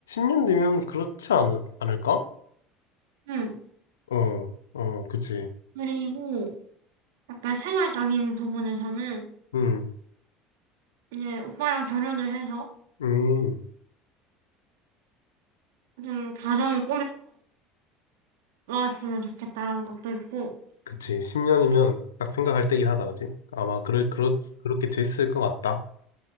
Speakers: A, on the left (about 75°); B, on the right (about 65°).
A: 년 뒤면 그렇지 않, 않을까?
B: 응.
A: 어, 어, 그치.
B: 그리고, 약간 생활적인 부분에서는,
A: 음,
B: 이제 오빠랑 결혼을 해서,
A: 음,
B: 좀 가정을 꾸려왔으면 좋겠다라는 것도 있고,
A: 그치. 10년이면 딱 생각할 때긴 하다, 그치? 아마 그럴, 그렇, 그렇게 됐을 것 같다.